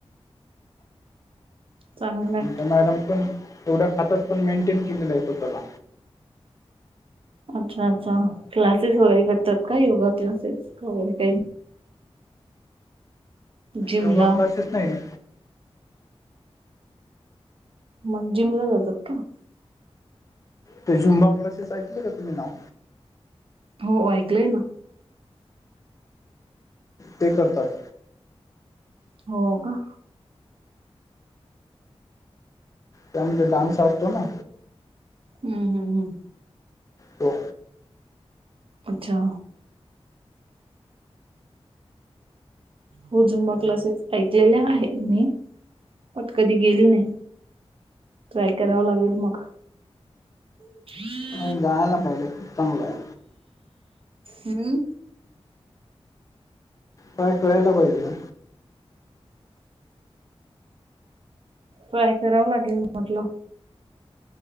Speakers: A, on the right; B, on the left.
A: चांगलं आहे
B: आमच्या मॅडम पण एवढ्या खातात पण मेंटेन केलेल आहे स्वतःला
A: अच्छा, अच्छा, क्लासेस वगैरे करतात का? योगा क्लासेस वगैरे काही. जिमला
B: योगा क्लासेस नाहीय.
A: मग जिमला जातात का?
B: ते जुंबा क्लासेस ऐकले का तुम्ही नाव?
A: हो ऐकलंय ना.
B: ते करतात.
A: हो का.
B: त्या मध्ये डान्स असतो ना.
A: हम्म हम् हम्.
B: तो.
A: अच्छा. हो झुंबा क्लासेस ऐकलेले आहे मी बट कधी गेली नाही. ट्राय करावा लागेल मग. <inaudible>
B: नई जायला पाहिजे खूप चांगलं हाय.
A: हम्म.
B: काय करायला पाहिजे ना?
A: ट्राय करावं लागेल म्हटलं.